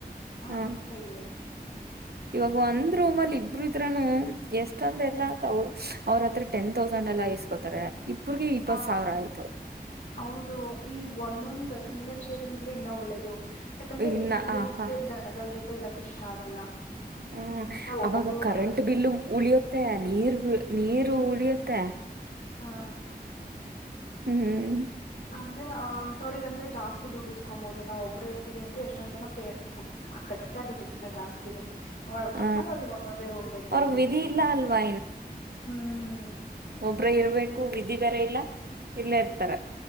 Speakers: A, on the left; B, on the right.
A: ಹಾ
B: ಹ್ಮ
A: ಹೇಳಿ ಹೇಳಿ
B: ಇವಾಗ ಒಂದ್ ರೂಮ್ ಅಲ್ಲಿ ಇಬ್ರು ಇದ್ರನು ಎಷ್ಟೊಂದ ಎಲ್ಲ ಅವ್ರತ್ರ ಟೆನ್ ತೌಸ ಂಡ್ ಎಲ್ಲಾ ಇಸ್ಕೋತಾರೆ ಇಬ್ರಿಗೆ ಇಪ್ಪತ್
A: ಆ
B: ಸಾವಿರ ಆಯ್ತು
A: ಅವರು ಈ ಒಂದೊಂದು ಸಿಂಗಲ್ ಶೋರಿಂಗ್ ಇದ್ರೆ ಇನ್ನ ಒಳ್ಳೇದು ಯಾಕಂದ್ರೆ
B: ಇನ್ನ
A: ಎಷ್ಟೊ ಜನಕ್ಕೆ
B: ಹ
A: ಜನಗಳ ಜೊತೆ ಇರಕ್ ಇಷ್ಟ ಆಗಲ್ಲ
B: ಹ್ಮ
A: ಆ, ಒಬ್ಬೊಬ್ರು
B: ಅವಾಗ ಕರೆಂಟ್
A: ಅನ್ನೋದು
B: ಬಿಲ್ಲು ಉಳಿಯುತ್ತೆ ನೀರು ನೀರು ಅತ್ತ
A: ಹಾ
B: ಹ್ಮ್
A: ಅಂದ್ರೆ ಆ ವ್ರಗಂದ್ರೆ ಜಾಸ್ತಿ ದುಡ್ಡಿಸಸ್ಕೊಬಹುದು ನಾವು ಒಬ್ಬ್ರ ಇರ್ತಿವಿ ಅಂತ ಎಷ್ಟೊಂದ ಜನ ಪ ಆಟ್ಟ ದುಡ್ನ ಜಾಸ್ತಿ
B: ಹ
A: ಪಕ್ನಲ್ ಅವ್ರಿಗೆ ಮಂದೊಂದೇ ರೂಮ್ ಬೇಕಿರುತ್ತೆ
B: ಅವ್ರಗ್ ವಿಧಿ
A: ಇನ್ನುಗೆ
B: ಇಲ್ಲ ಅಲ್ವಾ
A: ಹ್ಮ
B: ಒಬ್ರ ಇರ್ಬೇಕು ವಿಧಿ ಬೇರೆ ಇಲ್ಲ ಇಲ್ಲೇ ಇರ್ತಾರ